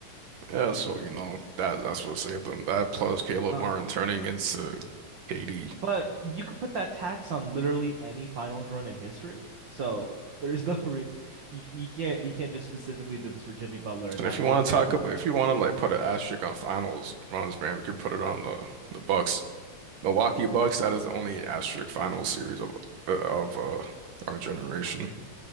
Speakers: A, on the right (about 70°); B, on the right (about 45°).
A: Yeah, so you know that that's what saved them. That plus Caleb
B: No,
A: Martin turning into KD.
B: But you could put that tax on literally any finals run in history. So there's <laughs> no re you, you can't you can't just specifically do this for Jimmy Butler and
A: So
B: not
A: if you
B: do
A: want
B: it
A: to
B: for
A: talk
B: everyone.
A: about, if you want to like put an asterisk on finals runs, man, we could put it on the the Bucks, Milwaukee Bucks. That is the only asterisk finals series of uh, of uh, our generation,